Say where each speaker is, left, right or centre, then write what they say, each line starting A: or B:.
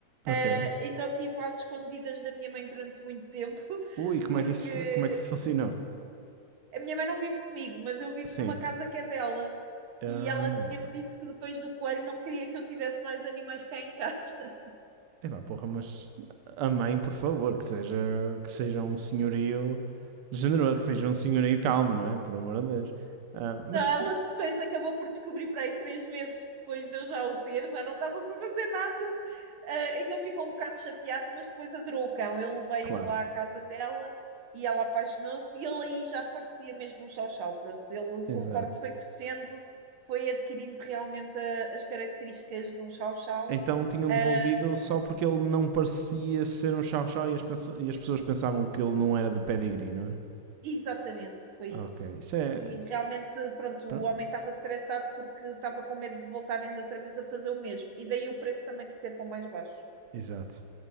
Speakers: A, on the right; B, on the right.
A: Ok.
B: Ah, ainda o tive às escondidas da minha mãe durante muito tempo, <laughs>
A: Ui, como
B: porque
A: é que isso, como é que isso funcionou?
B: a minha mãe não vive comigo, mas eu vivo
A: Sim.
B: numa casa que é dela.
A: Ah.
B: E ela tinha-me dito que depois do coelho não queria que eu tivesse mais animais cá em casa.
A: Epá, porra, mas a mãe, por favor, que seja, que seja um senhorio generoso, que seja um senhorio calmo, não é? Por amor de Deus. Ah, mas,
B: Não, ela depois acabou por descobrir para aí três meses depois de eu já o ter, já não dava para fazer nada. Ah, ainda ficou um bocado chateada, mas depois adorou o cão. Ele veio
A: claro,
B: lá à casa dela e ela apaixonou-se e ele aí já parecia mesmo um chau-chau. Pronto, ele
A: exato.
B: conforme foi crescendo, foi adquirindo realmente a- as características de um chau-chau.
A: Então tinham
B: Ah,
A: devolvido só porque ele não parecia ser um chau-chau e as, penso- e as pessoas pensavam que ele não era de pedigree, não é?
B: Exatamente, foi
A: Ok,
B: isso.
A: isso é.
B: E realmente, pronto,
A: pronto,
B: o homem estava estressado porque estava com medo de voltarem-lhe outra vez a fazer o mesmo. E daí o preço também de ser tão mais baixo.
A: Exato.